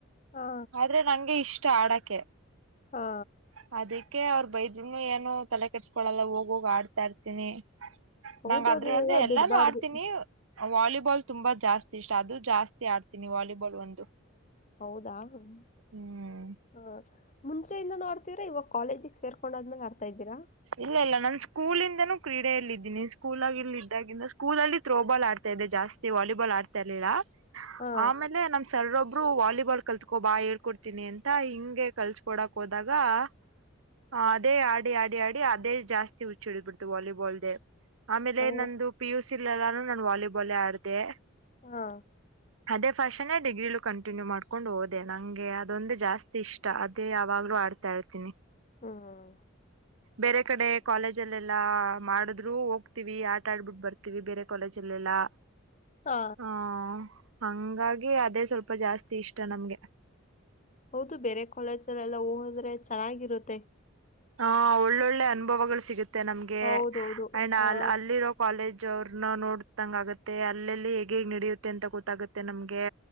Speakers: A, on the left; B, on the right.
A: ಹಾ
B: <inaudible> ಆದ್ರೆ ನಂಗೆ ಇಷ್ಟ ಆಡಕೆ
A: ಹಾ
B: <inaudible> ಅದಿ ಸುಮ್ಮ್ನೆ ಅವರು ಬೈದ್ನು ಏನು ತಲೆ ಕೆಟ್ಸ್ಕೊಳಲ್ಲ ಹೋಗ ಹೋಗ ಆಡ್ತಾ ಇರ್ತೀನಿ <inaudible>
A: ಹೌದೌದು
B: ನಂಗ ಅದ್ರ ಅದೆ
A: ಎಲ್ಲ
B: ಎಲ್ಲಾನು
A: ಬಿಡ್ಬಾರ್ದು
B: ಆಡ್ತೀನಿ ವಾಲಿಬಾಲ್ ತುಂಬಾ ಜಾಸ್ತಿ ಇಷ್ಟ ಅದು ಜಾಸ್ತಿ ಆಡ್ತೀನಿ ವಾಲಿಬಾಲ್ ಒಂದು
A: ಹೌದಾ <unintelligible>
B: ಹ್ಮ್.
A: ಮುಂಚೆಯಿಂದನು ಆಡ್ತ ಇದ್ದೀರಾ ಇವಾಗ ಕಾಲೇಜಿಗೆ ಸೇರಕೊಂಡ ಆದ್ಮೇಲೆ ಆಡ್ತಾ ಇದ್ದೀರಾ
B: ಇಲ್ಲ ಇಲ್ಲ ನಾನ್ ಸ್ಕೂಲಿಂದನೂ ಕ್ರೀಡೆಯಲ್ಲ ಇದ್ದೀನಿ ಸ್ಕೂಲಗ ಇಲ್ಲ ಇದ್ದಾಗಿಂದ ಸ್ಕೂಲ ಅಲ್ಲಿ ತ್ರ್ರೋ ಬಾಲ್ ಆಡ್ತಾ ಇದೆ ಜಾಸ್ತಿ ವಾಲಿಬಾಲ್ ಆಡ್ತಾ ಇರ್ಲಿಲ್ಲ
A: ಹಾ
B: ಆಮೇಲೆ ನಮ್ಮ್ ಸರ್ ಒಬ್ಬರ್ ಒಬ್ರು ವಾಲಿಬಾಲ್ ಕಲ್ತ್ಕೊ ಬಾ ಹೇಳ್ಕೊಡ್ತೀನಿ ಅಂತ ಹಿಂಗೆ ಕಲ್ಸ್ಕೊಡಕ್ ಹೋದಾಗ <inaudible> <inaudible> ಹಾ ಅದೇ ಆಡಿ ಆಡಿ ಆಡಿ ಅದೇ ಜಾಸ್ತಿ ಹುಚ್ಚಿಡಿದ್ಬಿಡ್ತು ವಾಲಿಬಾಲ್ದೆ ಆಮೇಲೆ
A: ಹಾ
B: ನಂದು ಪಿ ಯು ಸಿ ಲೆಲ್ಲಾನು ನಾನು ವಾಲಿಬಾಲ್ಲೇ ಆಡದೆ
A: ಹಾ
B: ಅದೇ ಫಾಷನೇ ಡಿಗ್ರಿಲು ಕಂಟಿನ್ಯೂ ಮಾಡ್ಕೊಂಡು ಹೋದೆ ನಂಗೆ ಅದೊಂದು ಜಾಸ್ತಿ ಇಷ್ಟ ಅದೇ ಯಾವಾಗ್ಲೂ ಆಡ ತಾಳ್ತೀನಿ
A: ಹ್ಮ್
B: ಬೇರೆ ಕಡೆ ಕಾಲೇಜಲ್ಲೆಲ್ಲಾ ಮಾಡಿದ್ರು ಹೋಗ್ತೀವಿ ಆಟ ಆಡ್ಬಿಟ್ಟ ಬರ್ತೀವಿ ಬೇರೆ ಕಾಲೇಜಲ್ಲೆಲ್ಲಾ
A: <inaudible> ಹಾ
B: ಆ ಹಂಗಾಗಿ ಅದೇ ಸ್ವಲ್ಪ ಜಾಸ್ತಿ ಇಷ್ಟ ನಮ್ಗೆ.
A: ಹೌದು ಬೇರೆ ಕಾಲೇಜಲ್ಲ ಎಲ್ಲ ಹೋದ್ರೆ ಚೆನ್ನಾಗಿರುತ್ತೆ
B: ಹ ಒಳ್ಳೊಳ್ಳೆ ಅನುಭವಗಳು ಸಿಗುತ್ತೆ ನಮ್ಗೆ
A: ಹೌದೌದು
B: ಅಂಡ್
A: ಹಾ
B: ಅ ಅಲ್ಲಿರೋ ಕಾಲೇಜ್ ಅವ್ರನ್ನ ನೋಡತಂಗ ಆಗತ್ತೆ ಅಲ್ಲೆಲ್ಲಿ ಹೇಗ್ ಹೇಗ್ ನಡಿಯುತ್ತೆ ಅಂತ ಗೊತ್ತಾಗುತ್ತೆ ನಮ್ಗೆ